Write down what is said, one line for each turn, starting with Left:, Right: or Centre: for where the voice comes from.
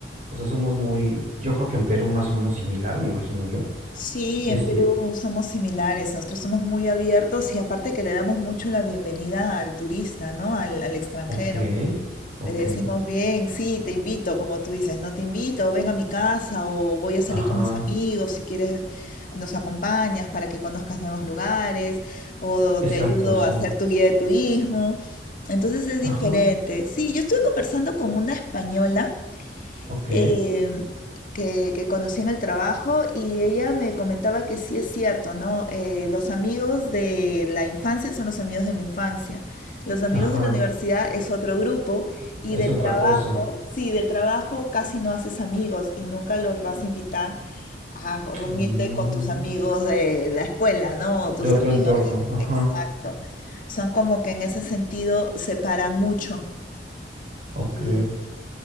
Right: O sea, somos muy, yo creo que en Perú más o menos similar, me imagino yo.
Left: Sí,
Right: Este,
Left: en Perú somos similares, nosotros somos muy abiertos y aparte que le damos mucho la bienvenida al turista, ¿no? Al, al extranjero.
Right: ok, ok,
Left: Le decimos bien, sí, te invito, como tú dices, no te invito, ven a mi casa o voy a salir
Right: ajá,
Left: con mis amigos, si quieres nos acompañas para que conozcas nuevos lugares o
Right: exacto,
Left: te ayudo
Right: sí,
Left: a hacer tu guía de turismo. Entonces es
Right: ajá,
Left: diferente. Sí, yo estuve conversando con una española
Right: ok,
Left: eh, que, que conocí en el trabajo y ella me comentaba que sí es cierto, ¿no? Eh, los amigos de la infancia son los amigos de la infancia. Los amigos
Right: ajá,
Left: de la universidad es otro grupo y
Right: es
Left: del
Right: otra
Left: trabajo,
Right: cosa.
Left: sí, del trabajo casi no haces amigos y nunca los vas a invitar a reunirte
Right: Mm.
Left: con tus amigos de la escuela, ¿no? Tus
Right: De otro
Left: amigos,
Right: entorno,
Left: de-
Right: ajá.
Left: exacto. Son como que en ese sentido se paran mucho.
Right: Ok.
Left: Sí.